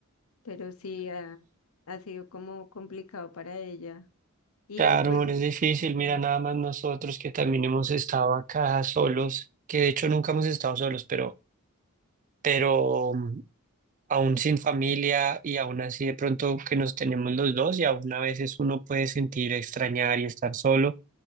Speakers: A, on the left; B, on the right.
A: Pero sí, ha, ha sido como complicado para ella. Y
B: Claro,
A: pues...
B: amor, es difícil, mira,
A: Sí,
B: nada más nosotros que también hemos estado acá solos, que de hecho nunca hemos estado solos, pero, pero aún sin familia y aún así de pronto que nos tenemos los dos y aún a veces uno puede sentir extrañar y estar solo.